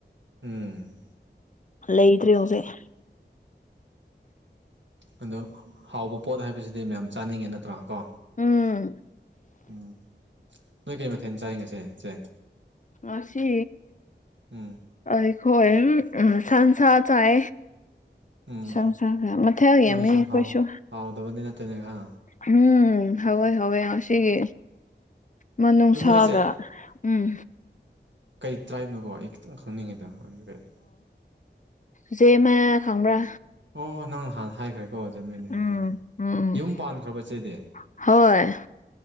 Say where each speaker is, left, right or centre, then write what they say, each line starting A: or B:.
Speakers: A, on the right; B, on the left.
A: ꯎꯝ
B: ꯂꯩꯗ꯭ꯔꯦ ꯍꯧꯖꯤꯛ
A: ꯎꯝ ꯑꯗꯣ ꯍꯥꯎꯕ ꯄꯣꯠ ꯍꯥꯏꯕꯁꯤꯗꯤ ꯃꯌꯥꯝ ꯆꯥꯅꯤꯡꯉꯤ ꯅꯠꯇ꯭ꯔꯥ ꯀꯣ
B: ꯎꯝ
A: ꯎꯝ ꯅꯣꯏ ꯀꯩ ꯃꯊꯦꯜ ꯆꯥꯔꯤꯉꯁꯦ ꯁꯦ
B: ꯑꯁꯤ
A: ꯎꯝ
B: ꯑꯩꯈꯣꯏ ꯎ ꯁꯟꯁꯥ ꯆꯥꯏ
A: ꯎꯝ
B: ꯁꯪ ꯁꯪꯁꯔꯦ ꯃꯊꯦꯜ ꯌꯦꯃꯤ
A: ꯅꯣꯏꯁꯨ
B: ꯑꯩꯈꯣꯏꯁꯨ
A: ꯍꯥꯎ ꯍꯥꯎꯗꯕꯗꯤ ꯅꯠꯇꯦꯅꯦ ꯈ
B: ꯎꯝ ꯍꯧꯋꯦ ꯍꯋꯦ ꯉꯁꯤꯒꯤ ꯃꯅꯨꯡꯅꯨꯡꯁꯥꯒ
A: ꯑꯗꯣ ꯅꯣꯏꯁꯦ
B: ꯎꯝ
A: ꯀꯩ ꯇ꯭ꯔꯥꯏꯞꯅꯣꯀꯣ ꯑꯩ ꯈꯤꯇꯪ ꯈꯪꯅꯤꯡꯉꯤꯗ ꯀꯩꯅꯣ
B: ꯖꯦ ꯃꯥꯏ ꯈꯪꯕ꯭ꯔꯥ
A: ꯑꯣ ꯅꯪ ꯅꯍꯥꯟ ꯍꯥꯏꯈ꯭ꯔꯦ ꯍꯣꯖꯃꯅꯦ
B: ꯎꯝ
A: ꯍꯣꯏ ꯍꯣꯏꯣꯏ
B: ꯎꯝ
A: ꯌꯨꯝ ꯄꯥꯟꯈ꯭ꯔꯕ ꯆꯦꯗꯤ
B: ꯍꯣꯏ